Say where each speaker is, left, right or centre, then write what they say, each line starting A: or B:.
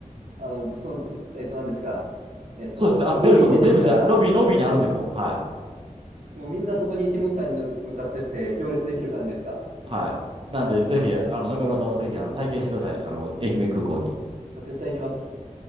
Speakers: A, on the right; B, on the right.
A: あの、その、えっと、何ですか。えっと、
B: そう、あの出るとこに出口は、
A: ロビーに出てきたら、
B: ロビー、ロビーにあるんですもん。はい。
A: もうみんなそこに一目散にの向かってって行列できる感じですか。
B: はい。なんで、ぜひ、あの、中村さんもぜひ、あの、体験してください。あの、愛媛空港に。
A: 絶対行きます。